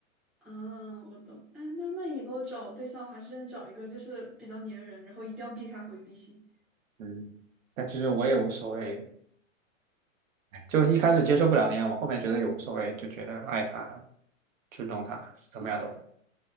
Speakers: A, in the centre; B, on the right (about 75°).
A: 啊，我懂。哎，那那以后找对象的话，真的找一个就是比较粘人，然后一定要避开回避型
B: 嗯，但其实我也无所谓，就一开始接受不了那样我后面觉得也无所谓，就觉得爱他、尊重他，怎么样都，